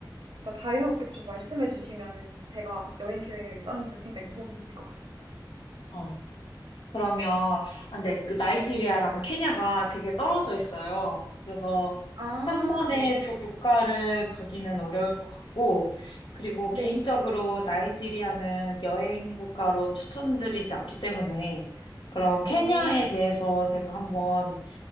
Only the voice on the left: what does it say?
어, 그러면, 아, 근데 나이지리아랑 케냐가 되게 떨어져 있어요. 그래서
한 번에
두 국가를 가기는 어려울 것 같고, 그리고
개인적으로 나이지리아는 여행 국가로 추천드리지 않기 때문에, 그럼 케냐에
대해서 제가 한번,